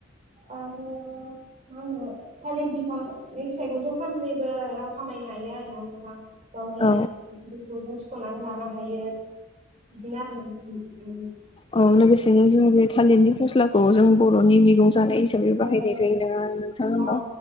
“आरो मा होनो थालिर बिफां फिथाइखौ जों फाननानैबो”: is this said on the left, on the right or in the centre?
Right